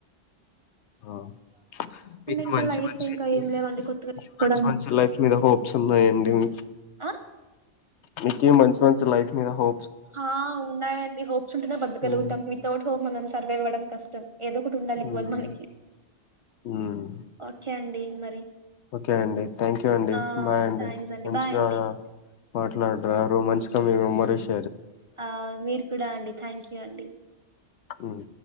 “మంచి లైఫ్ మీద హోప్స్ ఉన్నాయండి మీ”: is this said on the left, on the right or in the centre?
Left